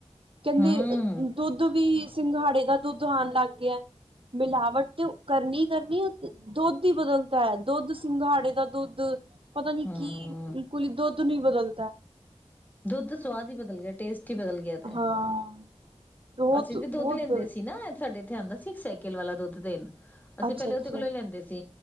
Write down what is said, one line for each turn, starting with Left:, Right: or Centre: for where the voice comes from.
Right: ਕਹਿੰਦੇ
Left: ਹੂੰ
Right: ਦੁੱਧ ਵੀ ਸਿੰਘਾੜੇ ਦਾ ਦੁੱਧ ਆਉਣ ਲੱਗ ਗਿਆ ਮਿਲਾਵਟ ਤੇ ਕਰਨੀ ਹੀ ਕਰਨੀ ਦੁੱਧ ਹੀ ਬਦਲਦਾ ਹੈ ਦੁੱਧ ਸਿੰਘਾੜੇ ਦਾ ਦੁੱਧ ਪਤਾ ਨੀ
Left: ਹਾਂ
Right: ਕੀ ਕੁਲੀ ਦੁੱਧ ਦੁੱਧ ਵੀਬਦਲਦਾ
Left: ਦੁੱਧ ਸੁਵਾਦ ਹੀ ਬਦਲ ਗਿਆ ਟੇਸਟ ਹੀ ਬਦਲ ਗਿਆ। ਤਾਂ
Right: ਹਾਂ ਬਹੁਤ
Left: ਅਸੀਂ ਤੇ
Right: ਬਹੁਤ
Left: ਦੁੱਧ ਲੈਂਦੇ
Right: ਗ
Left: ਸੀ ਨਾ ਸਾਡੇ ਇਥੇ ਆਉਂਦਾ ਸੀ ਸਾਈਕਲ ਵਾਲਾ ਦੁੱਧ ਦੇਣ ਅਸੀਂ
Right: ਅੱਛਾ
Left: ਪਹਿਲਾਂ
Right: ਅੱਛਾ
Left: ਉਹਦੇ ਕੋਲੋਂ ਲੈਂਦੇ ਸੀ।